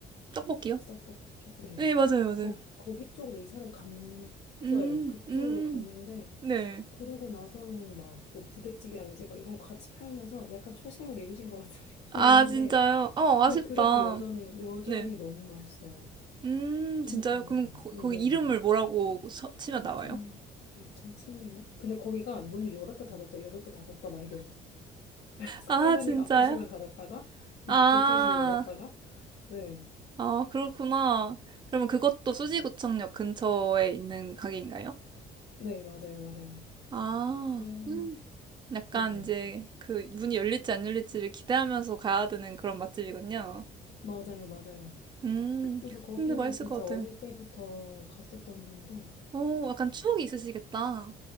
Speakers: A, on the right; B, on the left.
A: 떡볶이요?
B: 즉석 떡볶이? 네.
A: 네, 맞아요, 맞아요.
B: 거, 거기 쪽으로 이사를 갔어요.
A: 음,
B: 그쪽으로
A: 음,
B: 갔는데
A: 네.
B: 그러고 나서는 막 뭐 부대찌개랑 이제 막 이런 거 같이 팔면서 약간 초심을 잃으신 것 같은 <laughs>
A: 아,
B: 느낌이긴 한데
A: 진짜요? 어, 아쉽다.
B: 근데 그래도 여전히, 여전히
A: 네.
B: 너무 맛있어요.
A: 음,
B: 한번
A: 진짜요?
B: 가보세요.
A: 그럼 거,
B: 네네네.
A: 거기 이름을 뭐라고 서- 치면
B: 유천,
A: 나와요?
B: 유천 칡냉면? 근데 거기가 문을 열었다 닫았다, 열었다 닫았다 막 이래요. <laughs> 그래서
A: 아,
B: 할머니가
A: 진짜요?
B: 아프시면 닫았다가, 뭐
A: 아,
B: 괜찮으시면 열었다가, 네.
A: 아, 그렇구나. 그러면 그것도 수지구청역 근처에 있는 가게인가요?
B: 네, 맞아요, 맞아요.
A: 아,
B: 그래서,
A: 음. 약간
B: 네.
A: 이제 그 문이 열릴지 안 열릴지를 기대하면서 가야 되는 그런 맛집이군요.
B: 맞아요, 맞아요.
A: 음,
B: 그래서 거기는
A: 근데 맛있을
B: 진짜
A: 것 같아요.
B: 어릴 때부터 갔었던 데인데,
A: 오, 약간 추억이 있으시겠다.